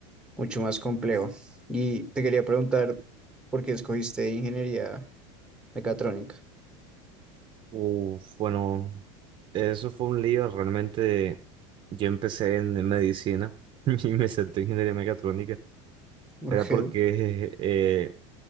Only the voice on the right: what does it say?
Uf, bueno, eso fue un lío. Realmente yo empecé en medicina <laughs> y me salté en ingeniería mecatrónica.
Era porque, eh,